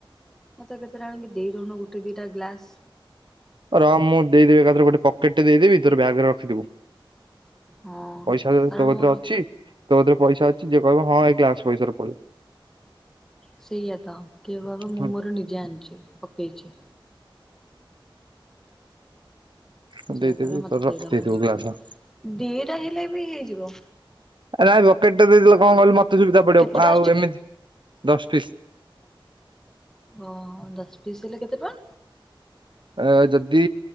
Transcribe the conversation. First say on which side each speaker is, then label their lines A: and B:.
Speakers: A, in the centre; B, on the right.
A: ମତେ କେତେ ଜଣ କଇଟି ଜଣ ଗୋଟେ ଦିଟା ଗ୍ଲାସ୍,
B: ର ମୁଁ ଦେଇଦେବି ଏକାଥରେ ଗୋଟେ ପକେଟେ ଦେଇେଦେବି ତୋର ବ୍ୟାଗରେ ରଖିଥିବୁ,
A: ହଁ।
B: ପଇସା ତୋ
A: କାରଣ
B: କତିରେ
A: ମୋର
B: ଅଛି? ତୋକଥିରେ ପଇସା ଅଛି ଯିଏ କହିବ ହଁ ଏ ଗ୍ଲାସ୍ ପଇସାରେ ପଳେଇ,
A: ସେଇଆ ତ କିଏ କହିବ ମୁଁ
B: ହୁଁ
A: ମୋର ନିଜେ ଆଣିଛି ପକେଇଛି,
B: ହୁଁ
A: ସେଇୟା
B: ଦେଇଦେବି
A: କହିବ ମତେ
B: ତୋର
A: ଦେଇଦବ
B: ରଖିଦେଇଥିବୁ
A: ଆଣିକି
B: ଗ୍ଲାସ
A: ଦିଟା ହେଲେବି ହେଇଯିବ,
B: ଆରେ ନାଇଁ ବକେଟ ଟା ଦେଇଦେଲେ କଁ କହିଲୁ ମତେ ସୁବିଧା ପଡ଼ିବ
A: କେତେଟା
B: ଆଉ ଏମିତି ଦଶ ଫିସ୍,
A: ଓ ହୋ ଦଶ ପିସ୍ ହେଲେ କେତେ ଟଙ୍କା?
B: ଅ ଯଦି